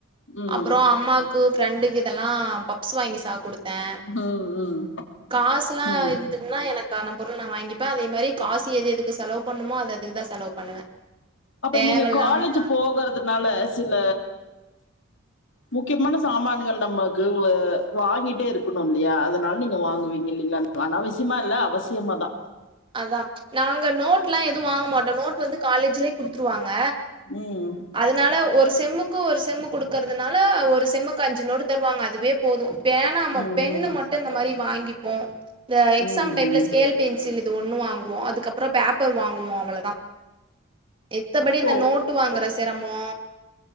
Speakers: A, on the left; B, on the right.
A: ம்,
B: அப்புறோ அம்மாக்கு ஃப்ரெண்டுக்கு இதல்லா பப்ஸ் வாங்கி சா கொடுத்தே
A: ம் ம்
B: காசுலா
A: ம்.
B: இருந்துதுனா எனக் கான பொருள் நா வாங்கிப்பே அதே மாரி காசு எது எதுக்கு செலவு பண்ணுமோ அது அதுக்குதா செலவு பண்ணுவே
A: அப்புறோ
B: தேவல்லாம
A: நீங்க காலேஜ் போகுறதுனால சில முக்கியமான சாமான்கள் நமக்கு வ வாங்கிட்டே இருக்கணுல்லியா அதுனால நீங்க வாங்குவீங்கல்லிங்ளா அநாவசியமால்ல அவசியமாதா
B: அதா நாங்க நோட்லா எது வாங்க மாட்டோ நோட் வந்து காலேஜ்லே குடுத்துருவாங்க
A: ம்
B: அதுனால ஒரு செம்முக்கு ஒரு செம்மு குடுக்கறதுனால ஒரு செம்முக்கு அஞ்சு நோட்டு தருவாங்க அதுவே போது பேனா
A: ம் ம்
B: பெண்ணு மட்டு இந்த மாரி வாங்கிப்போ இந்த எக்ஸாம்
A: ம் ம்
B: டைம்ல ஸ்கேல் பென்சில் இது ஒண்ணு வாங்குவோ அதுக்கப்பறோ பேப்பர் வாங்குவோ அவ்ளதா எத்தபடி இந்த
A: ஓ
B: நோட்டு வாங்குற தெறமோ